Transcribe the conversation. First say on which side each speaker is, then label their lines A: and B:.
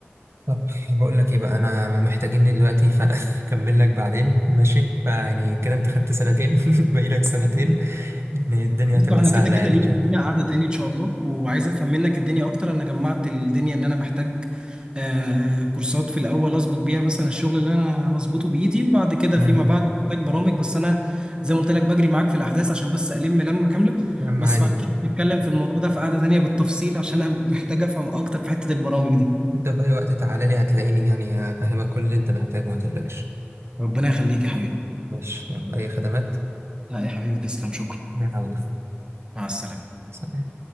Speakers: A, on the right; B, on the right.
A: طب بقول لك إيه بقى أنا محتاجيني دلوقتي فأنا <laughs> أكمل لك بعدين ماشي فيعني كده أنت خدت سنتين <laughs> باقي لك سنتين يعني الدنيا
B: بصوا
A: هتبقى
B: احنا
A: سهلة
B: كده كده
A: يعني
B: ليه-
A: إن شاء الله
B: لينا قعدة تاني ان شاء الله وعايز افهم منك الدنيا اكتر انا جمعت الدنيا ان انا محتاج آه كورسات في الاول اظبط بيها مثلا الشغل اللي انا هظبطه بايدي وبعد كده
A: أمم،
B: فيما بعد محتاج برامج بس انا زي ما قلت لك بجري معاك في الاحداث عشان بس الم لمة كاملة
A: يا عم
B: بس
A: عادي
B: بعد كده نتكلم في الموضوع ده في قعدة تانية بالتفصيل عشان انا <laughs> محتاج افهم اكتر في حتة البرامج دي
A: انت في اي وقت تعالى لي هتلاقيني يعني افهمك كل اللي انت محتاجه ما تقلقش
B: ربنا يخليك يا حبيبي
A: ماشي يلا اي خدمات
B: لا يا حبيبي تسلم شكرا
A: يلا
B: مع السلامة
A: سلام